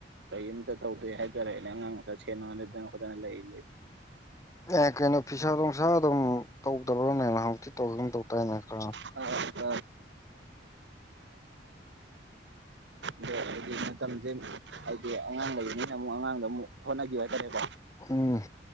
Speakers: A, on the right; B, on the left.
A: ꯀꯔꯤꯝꯇ ꯇꯧꯗꯦ ꯍꯥꯏꯇꯥꯔꯦꯅꯦ ꯑꯉꯥꯡ ꯃꯆꯥ ꯁꯦꯅ ꯈꯣꯠꯇꯅ ꯂꯩꯔꯤ
B: ꯑꯦ ꯀꯩꯅꯣ ꯐꯤꯁꯥ ꯅꯨꯡꯁꯥ ꯑꯗꯨꯝ ꯇꯧꯗꯕ꯭ꯔꯥꯅꯦ ꯅꯍꯟꯃꯨꯛꯇꯤ ꯇꯧꯈꯤꯒꯨꯝ ꯇꯧ ꯇꯥꯏꯅꯦ ꯈꯔ
A: <unintelligible> ꯑꯗꯣ ꯍꯥꯏꯗꯤ ꯃꯇꯝꯖꯦ ꯍꯥꯏꯗꯤ ꯑꯉꯥꯡ ꯂꯩꯕꯅꯤꯅ ꯑꯃꯨꯛ ꯑꯉꯥꯡꯗ ꯑꯃꯨꯛ ꯍꯣꯠꯅꯒꯤꯕ ꯍꯥꯏꯇꯥꯔꯦꯀꯣ
B: ꯎꯝ